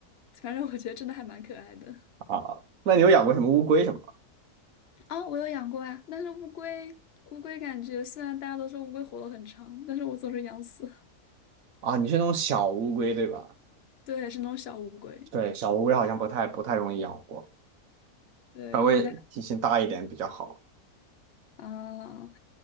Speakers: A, on the left; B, on the right.
A: 反正我觉得真的还蛮可爱的。
B: 啊，那你有养过什么乌龟什么吗
A: 啊、我有养过啊，但是乌龟，乌龟感觉虽然大家都说乌龟活得很长，但是我总是养死。<laughs>
B: 啊，你是那种小乌龟对吧？
A: 对，是那种小乌龟。
B: 对，小乌龟好像不太不太容易养活，
A: 对，
B: 稍微体型大一点比较好。
A: 我家。嗯，